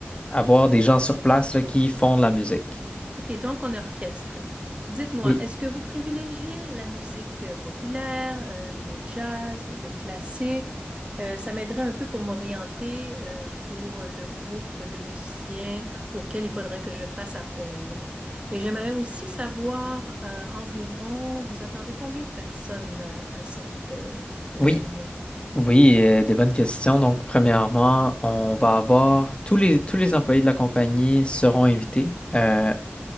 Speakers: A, on the left; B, on the right.
A: avoir des gens sur place là, qui font de la musique.
B: OK, donc on orchestre. Dites-moi,
A: Oui,
B: est-ce que vous privilégiez la musique euh, populaire, euh, le jazz, le classique? Euh, ça m'aiderait un peu pour m'orienter euh, pour le groupe de musiciens auquel il faudrait que je fasse appel. Et j'aimerais aussi savoir euh, environ, vous attendez combien de personnes euh, à cette euh, réunion?
A: oui, oui, euh, des bonnes questions. Donc, premièrement, on va avoir tous les, tous les employés de la compagnie seront invités. Euh,